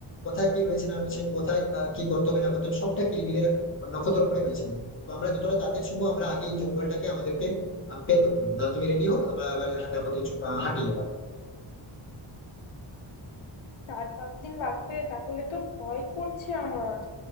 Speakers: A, on the left; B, on the left.
A: কোথায় কি হয়েছে না হয়েছে কোথায় আহ, কি করতে হবে না করতে হবে সবটা কিলবিলের নক্ষত্র উপরে রয়েছে তো আমরা যতটা তাড়াতাড়ি সম্ভব আমরা আগে এই জঙ্গলটাকে আমাদেরকে আহ, বের করতে হবে তাহলে তুমি রেডি হো আমরা আবার হাঁটা পথে চ- আহ, হাঁটি যাবা
B: চার পাঁচ দিন লাগবে তাহলে তো ভয় করছে আমার